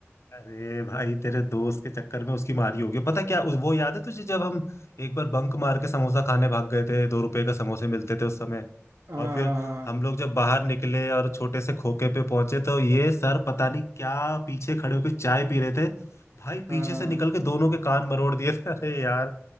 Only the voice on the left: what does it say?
अरे भाई तेरे दोस्त के चक्कर में उसकी मारी होगी पता क्या उस वो याद है तुझे जब हम एक बार बंक मार के समोसा खाने भाग गए थे दो रुपए का समोसे मिलते थे उस समय
और फिर हम लोग जब बाहर निकले और छोटे से खोखे पे पहुंचे तो ये सर पता नहीं क्या पीछे खड़े होकर चाय पी रहे थे भाई
पीछे
से निकल के दोनों के कान मरोड़ दिए थे <laughs> अरे यार